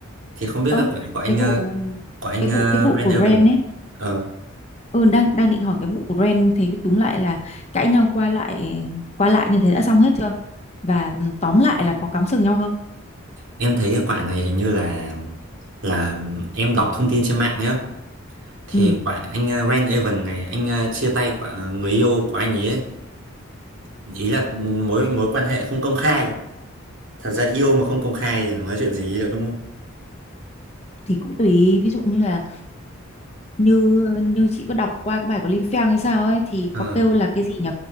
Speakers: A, on the right (about 65°); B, on the left (about 30°).
A: thì không biết
B: ơ
A: cái quả của anh
B: cái vụ
A: ờ, của anh
B: cái
A: uh,
B: vụ cái vụ
A: Van
B: của
A: Evan
B: Ren ấy
A: ờ,
B: ừ, đang đang định hỏi cái vụ của Ren thế cái túm lại là cãi nhau qua lại qua lại như thế đã xong hết chưa và ừ, tóm lại là có cắm sừng nhau không
A: em thấy cái quả này hình như là là em đọc thông tin trên mạng nhá thì
B: ừ
A: quả anh ờ, Van Evan này anh ờ, chia tay quả người yêu của anh ấy, ấy. ý là mối mối quan hệ không công khai thật ra yêu mà không công khai thì nói chuyện gì nữa đúng không
B: thì cũng tùy ví dụ như là như như chị có đọc qua cái bài của Lim Feng hay sao ấy thì
A: Ờ,
B: có kêu là cái gì nhỉ